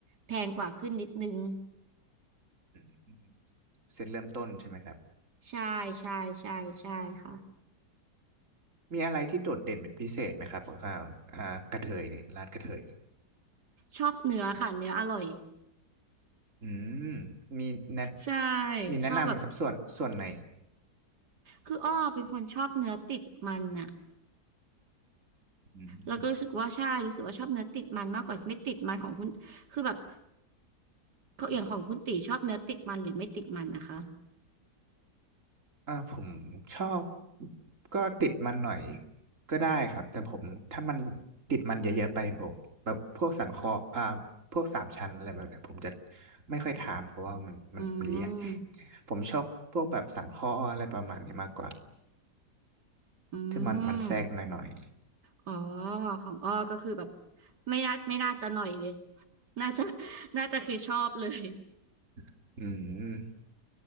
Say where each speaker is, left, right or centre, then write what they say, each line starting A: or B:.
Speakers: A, on the right; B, on the right.
A: แพงกว่าขึ้นนิดนึง
B: อืมเสร็จเริ่มต้นใช่ไหมครับ
A: ใช่ใช่ใช่ใช่ค่ะ
B: มีอะไรที่โดดเด่นเป็นพิเศษไหมครับข้าวอ่ากระเทยนี่ร้านกระเทยนี่
A: ชอบเนื้อค่ะเนื้ออร่อย
B: อืมมีแนะ
A: ใช่
B: มีแนะนำไหมครับส่วนส่วนไหน
A: ชอบแบบคืออ้อเป็นคนชอบเนื้อติดมันอะ
B: อืม
A: แล้วก็รู้สึกว่าใช่รู้สึกว่าชอบเนื้อติดมันมากกว่าไม่ติดมันของคุณคือแบบอย่างของคุณตีชอบเนื้อติดมันหรือไม่ติดมันนะคะ
B: อ่าผมชอบก็ติดมันหน่อยก็ได้ครับแต่ผมถ้ามันติดมันเยอะๆไปผมแบบพวกสันคออ่าพวกสามชั้นอะไรแบบเนี้ยผมจะไม่ค่อยทานเพราะว่ามันมันมันเลี่ยน
A: อืม
B: ผมชอบพวกแบบสันคออะไรประมาณนี้มากกว่า
A: อื
B: ที่มันมันแทรกหน่อย
A: มอ๋อของอ้อก็คือแบบไม่น่าไม่น่าจะหน่อยเลยน่าจะน่าจะคือชอบเลย
B: ๆ <laughs> อืม